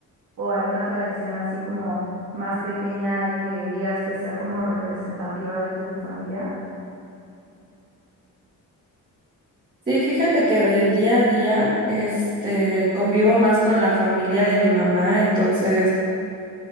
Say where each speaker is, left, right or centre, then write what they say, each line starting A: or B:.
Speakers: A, on the right (about 55°); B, on the right (about 25°).
A: o alguna tradición así como más pequeña y que digas que sea como representativa de tu familia?
B: Sí, fíjate que del día a día, este, convivo más con la familia de mi mamá, entonces